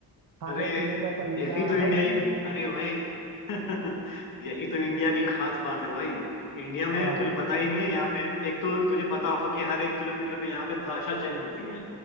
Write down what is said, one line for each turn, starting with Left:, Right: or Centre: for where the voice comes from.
Right: खाने
Left: अरे
Right: पीने का तरीका
Left: यही तो इंडिया
Right: हर चीज
Left: की अरे भाई <laughs> यही तो इंडिया की खास बात है भाई इंडिया में
Right: हाँ
Left: तुझे पता ही नहीं है यहाँ पे एक तो तुझे पता होगा कि हर एक किलोमीटर पे यहाँ पे भाषा चेंज होती है